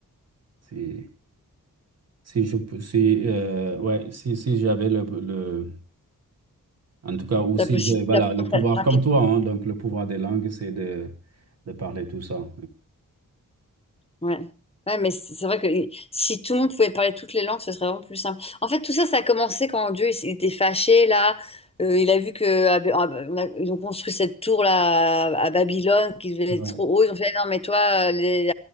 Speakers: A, on the right; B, on the left.
A: Si, si je, pou- si, euh, ouais, si, si j'avais le, le- en tout cas, ou
B: La
A: si
B: possibilité
A: j'ai, voilà,
B: d'apprendre
A: le pouvoir
B: rapidement.
A: comme toi, hein, donc le pouvoir des langues, c'est de, de parler tout ça.
B: ouais ouais mais c'est c'est vrai que si tout le monde pouvait parler toutes les langues ce serait vraiment plus simple en fait tout ça ça a commencé quand Dieu il, s- il était fâché là Euh, il a vu que ah, ben, ah, ben, on a- ils ont construit cette tour là à Babylone qui était
A: Ouais,
B: trop haut ils ont fait non mais toi euh, les